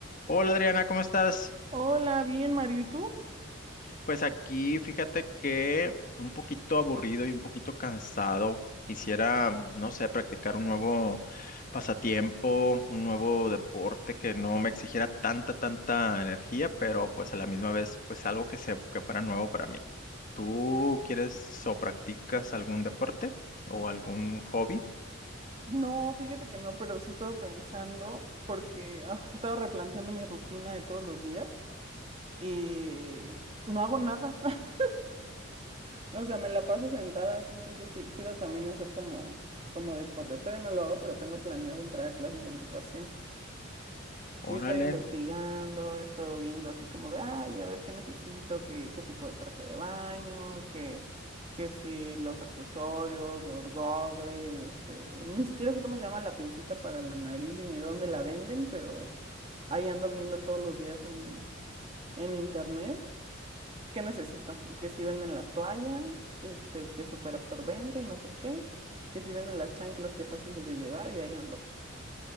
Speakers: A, on the left; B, on the right.
A: Hola Adriana, ¿cómo estás?
B: Hola, bien, Mario, ¿y tú?
A: Pues aquí fíjate que un poquito aburrido y un poquito cansado. Quisiera, no sé, practicar un nuevo pasatiempo, un nuevo deporte que no me exigiera tanta, tanta energía, pero pues a la misma vez, pues algo que se, que fuera nuevo para mí. ¿Tú quieres o practicas algún deporte o algún hobby?
B: No, fíjate que no, pero sí he estado pensando porque ah, he estado replanteando mi rutina de todos los días y no hago nada. <laughs> O sea, me la paso sentada así, entonces sí, quiero también hacer como, como deporte. Todavía no lo hago, pero tengo planeado entrar a clases de natación.
A: Órale,
B: Y he estado investigando, he estado viendo así como de, ay, a ver qué necesito, qué, qué tipo de traje de baño, qué, qué si los accesorios, los gogles, eh, ni siquiera sé cómo se llama la pincita para la nariz, ni dónde la venden, pero ahí ando viendo todos los días en, en internet qué necesito, que si venden la toalla, este, que es súper absorbente y no sé qué, que si venden las chanclas que fáciles de llevar y ahí ando.